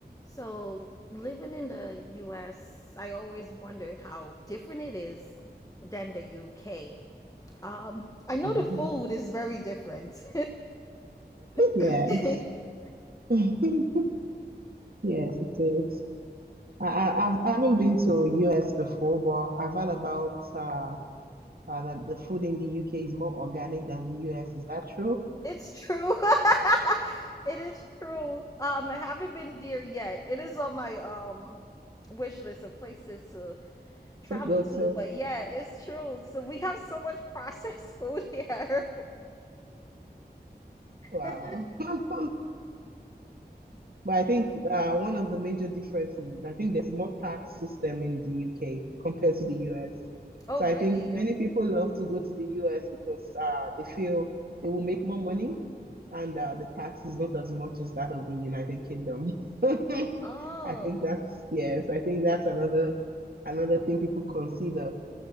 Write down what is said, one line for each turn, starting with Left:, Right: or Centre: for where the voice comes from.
Left: So, living in the US, I always wonder how different it is than the UK. Um, I know
Right: Mhm.
Left: the food is very different.
Right: Yes.
Left: <laughs>
Right: <laughs> Yes, it is. I, I, I've- I haven't been to US before, but I've heard about uh, uh, that the food in the UK is more organic than the US. Is that true?
Left: It's true. <laughs> It is true. Um, I haven't been there yet. It is on my um wish list of places to travel
Right: To go
Left: to,
Right: to,
Left: but yeah, it's true. So we have so much <laughs> processed food here.
Right: wow.
Left: <laughs>
Right: <laughs> But I think uh, one of the major differences is I think there's more tax system in the UK compared to the US.
Left: Oh,
Right: So
Left: really?
Right: I think many people love to go to the US because uh, they feel they will make more money and uh, the tax is not as much as that of the United Kingdom. <laughs> I
Left: Oh.
Right: think that's yes, I think that's another another thing people consider.